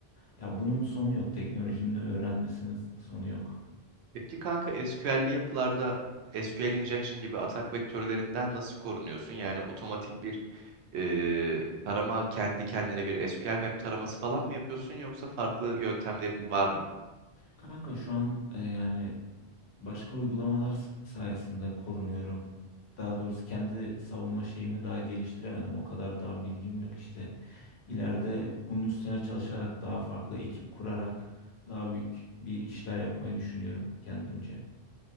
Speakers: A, on the left; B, on the right.
A: Ya bunun sonu yok. Teknolojinin öğrenmesinin sonu yok.
B: Peki kanka SQL'li yapılarda SQL injection gibi atak vektörlerinden nasıl korunuyorsun? Yani otomatik bir e, tarama kendi kendine bir SQL map taraması falan mı yapıyorsun yoksa farklı yöntemlerin var mı?
A: Kanka şu an e, yani başka uygulamalar s- sayesinde korunuyorum. Daha doğrusu kendi savunma şeyimi daha geliştiremedim. O kadar daha bilgim yok işte. İleride bunun üstüne çalışarak daha farklı ekip kurarak daha büyük bir işler yapmayı düşünüyorum kendimce.